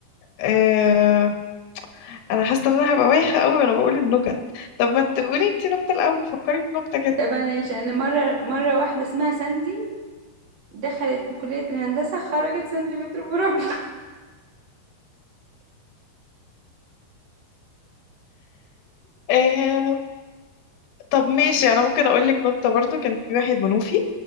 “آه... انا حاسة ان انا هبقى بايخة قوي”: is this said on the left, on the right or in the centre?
Left